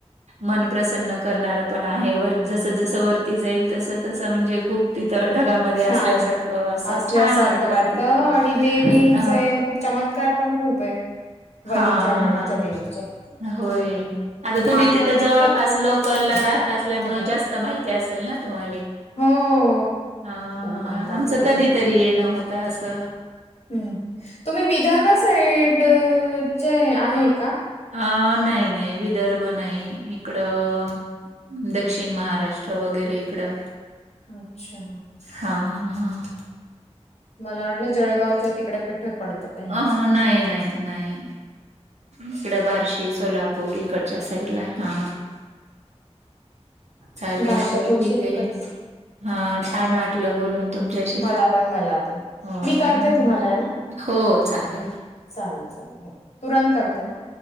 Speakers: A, on the right; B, on the left.
A: मन प्रसन्न करणारं पण आहे वर जसं जसं वरती जाईल तस तसं म्हणजे खूप तिथं ढगामध्ये असल्यासारखं
B: छान आहे.
A: असं
B: असल्यासारखं
A: छान वाटत
B: वाटतं
A: तिथं
B: आणि देवीच
A: अ,
B: खूप चमत्कार पण खूप आहे
A: हां,
B: वणीच्या गडीच्या
A: हां.
B: देवीच्या
A: होय आता तुम्ही
B: मानतात
A: तिथं जवळपास
B: पण खूप दूर
A: लोकल
B: दूरून लोक
A: ला राहत
B: येतात.
A: असल्यामुळे
B: तिथं पण
A: जास्त माहिती असेल ना तुम्हाला
B: हो
A: हा
B: खूप मानतात
A: आमचं
B: तिकडच्या
A: कधी तरी येणं होत असं
B: ह् तुम्ही विदर्भ साईडचे आहे
A: अ
B: का?
A: अ नाही नाही विदर्भ नाही इकडं दक्षिण महाराष्ट्र वगैरे इकडं
B: अच्छा!
A: हां हां हा..
B: मला वाटलं जळगावच्या तिकड तिकडं पडते ते
A: अ नाही नाही नाही इकड बारशीस सोलापूर इकडच्या साईडला हा चालेल
B: भाषा
A: तर
B: थोडीशी
A: ठीक
B: तिकडची
A: आहे हा छान वाटलं बोलून तुमच्याशी..
B: मला पण मला पण.
A: हो..
B: मी करते तुम्हाला ना.
A: हो चालेल..
B: चालेल चालेल हो तुरंत करते हा